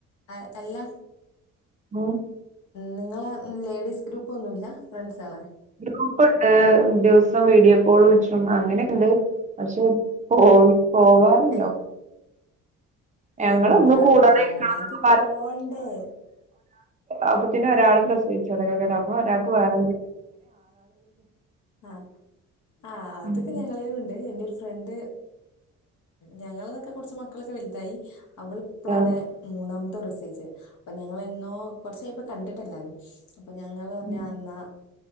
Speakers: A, on the left (about 75°); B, on the right (about 25°).
A: എ ല്ല
B: മോൻ
A: നിങ്ങളെ ലേഡീസ് ഗ്രൂപ്പ്ഒന്നുല്ല. ഫ്രണ്ട്സാളെ
B: ഗ്രൂപ്പുണ്ട്. ദിവസം വീഡിയോ കോൾ വിളിച്ചും അങ്ങനെ ഉണ്ട്. പക്ഷെ പോയി പോവാറില്ല.
A: ഏഹ്
B: ഞങ്ങളൊന്ന്
A: എന്താൾക്കാരാണ്
B: കൂടാനിരിക്കണംന്നൊക്കെ
A: അത് പോണ്ടേ?
B: അപ്പൊത്തിന്നെ ഒരാൾ പ്രസവിച്ചുട. അപ്പൊ ഒരാൾക്ക് വേറ
A: ആ ആ അതൊക്കെ
B: ഉം
A: ഞങ്ങളിലും ഉണ്ട്. ണ്ട് എന്റെ ഒരു ഫ്രണ്ട്. ഞങ്ങളതൊക്കെ കുറച്ച് മക്കളൊക്കെ വലുതായി. അവളിപ്പോളാണ്
B: ആഹ്
A: മൂന്നാമത്തെ പ്രസവിച്ചത് അപ്പൊ ഞങ്ങളെന്നോ കുറചായിപ്പം കണ്ടിട്ട് എല്ലാരും. അപ്പൊ ഞങ്ങള് പറഞ്ഞ്
B: ഉം
A: അന്നാ